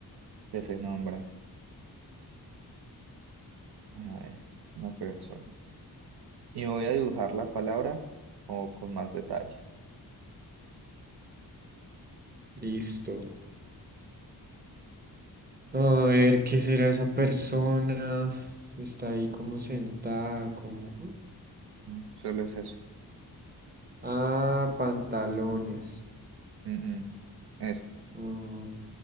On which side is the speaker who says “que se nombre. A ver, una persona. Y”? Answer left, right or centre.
Right